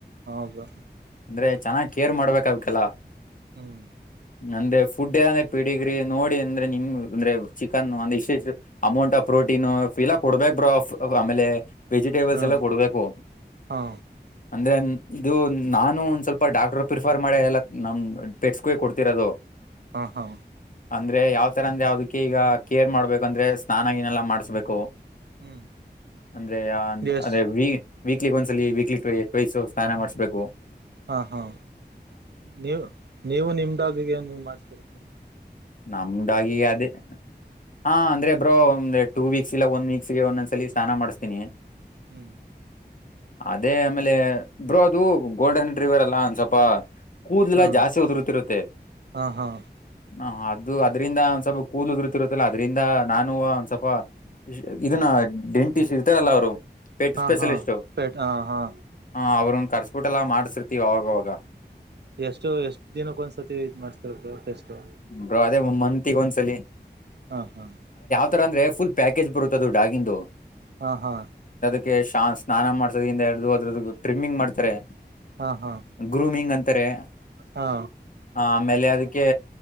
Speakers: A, on the right; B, on the left.
A: ಹಾ ಬ್ರೋ
B: ಅಂದ್ರೆ ಚೆನ್ನಾಗ್ ಕೇರ್ ಮಾಡ್ಬೇಕ್ ಅವ್ಕೆಲ್ಲ.
A: ಹ್ಮ್.
B: ನಂದೆ ಫುಡೇನಿಕ್ ಪೀಡಿಗ್ರಿ ನೋಡಿ ಅಂದ್ರೆ ನಿಮ್ಮ್ ಅ ಅಂದ್ರೆ ಚಿಕನ್ನು ಅಂದೆ ಇಷ್ಟ್ ಎಷ್ಟ್ ಅಮೌಂಟ್ ಆಫ್ ಪ್ರೋಟೀನೂ ಫಿಲ್ಲಾ ಕೊಡ್ಬೇಕ್ ಬ್ರೊಫ್ ಅಬ್ ಆಮೇಲೆ ವೆಜಿಟೇಬಲ್ಸ್
A: ಹಾ
B: ಎಲ್ಲ ಕೊಡ್ಬೇಕು.
A: ಹಾ
B: ಅಂದ್ರೆ ಮ್ಮ್ ಇದು ನಾನು ಒಂದ್ ಸ್ವಲ್ಪ ಡಾಕ್ಟರ್ ಪ್ರಿಫರ್ ಮಾಡೆ ಎಲ್ಲ ನಮ್ ಅಡ್ ಪೆಟ್ಸ್ಕೆ ಕೊಡ್ತಿರದು.
A: ಹಾ ಹಾ.
B: ಅಂದ್ರೆ ಯಾವ್ ತರ ಅಂದ್ರೆ ಅದುಕ್ಕೆ ಈಗ ಕೇರ್ ಮಾಡ್ಬೇಕಂದ್ರೆ ಸ್ನಾನ ಗಿನ ಎಲ್ಲಾ ಮಾಡ್ಸ್ಬೇಕು.
A: ಹ್ಮ್
B: ಅಂದ್ರೆ ಆನ್
A: ಎಸ್
B: ಅದೆ ವೀ ವೀಕ್ಲಿ ಒಂದ್ಸಲಿ ವೀಕ್ಲಿ ಟೈ ಟೈಸು ಸ್ನಾನ ಮಾಡ್ಸ್ಬೇಕು.
A: ಹಾ ಹಾ. ನೀವು ನೀವು ನಿಮ್ ಡಾಗಿ ಏನ್ ಮಾಡ್ಸ್ತೀರ.
B: ನಮ್ಮ್ ಡಾಗಿ ಅದೇ. ಹಾ ಅಂದ್ರೆ ಬ್ರೊ ಒಂದೆ ಟೂ ವೀಕ್ಸ್ ಇಲ್ಲ ಒಂದ್ ವೀಕ್ಸಿಗೆ ಒಂದೊಂದ್ಸಲಿ ಸ್ನಾನ ಮಾಡ್ಸ್ತಿನೀ.
A: ಹ್ಮ್.
B: ಅದೇ ಆಮೇಲೆ ಬ್ರೋ ಅದು ಗೋಲ್ಡನ್ ಡ್ರಿವರ್ ಅಲ ಅಂದ್ ಸಪ್ಪಾ. ಕೂದ್ಲೆಲ್ಲ
A: ಹಾ
B: ಜಾಸ್ತಿ ಉದುರ್ತಿರುತ್ತೆ.
A: ಹಾ ಹಾ
B: ಹ ಅದು ಅದ್ರಿಂದ ಒಂದ್ ಸಪ್ಪ ಕೂದ್ಲು ಉದುರುತಿರುತ್ತಲ್ಲ ಅದ್ರಿಂದ ನಾನುವ ಒಂದ್ ಸಪ್ಪ. ಇಶ್ ಡ್ರ್ ಇದನ್ನ
A: ಹ್ಮ್
B: ಡೆಂಟಿಸ್ಟ್ ಇರ್ತಾರಲ್ಲ ಅವರು. ಪೇಟ್
A: ಹಾ
B: ಸ್ಪೆಷಲಿಸ್ಟು.
A: ಹಾ ಪೆಟ್ ಹಾ ಹಾ
B: ಹಾ ಅವರುಂ ಕರ್ಸ್ಬುಟೆಲ್ಲ ಮಾಡ್ಸಿರ್ತಿವ್ ಅವಾಗ್ ಅವಾಗ.
A: ಎಷ್ಟು ಎಷ್ಟ್ ದಿನಿಕ್ ಒಂದ್ಸತಿ ಇದ್ ಮಾಡ್ಸ್ತಿರ ಬ್ರೊ ಟೆಷ್ಟು.
B: ಬ್ರೊ ಅದೇ ಮ್ಮ್ ಮಂತಿಗ್ ಒಂದ್ಸಲಿ.
A: ಹಾ ಹಾ.
B: ತರ್ ಅಂದ್ರೆ ಫುಲ್ ಪ್ಯಾಕೇಜ್ ಬರುತ್ತ್ ಅದು ಡಾಗಿಂದು.
A: ಹಾ ಹಾ.
B: ಕ್ಕೆ ಶ ಸ್ನಾನ ಮಾಡ್ಸೋಗಿಂದ ಎಡ್ದು ಅದ್ರುದುಗ್ ಟ್ರಿಮ್ಮಿಂಗ್ ಮಾಡ್ತರೆ.
A: ಹಾ ಹಾ
B: ಗ್ರೂಮಿಂಗ್ ಅಂತರೇ
A: ಹಾ
B: ಆಮೇಲೆ ಅದಕ್ಕೇ.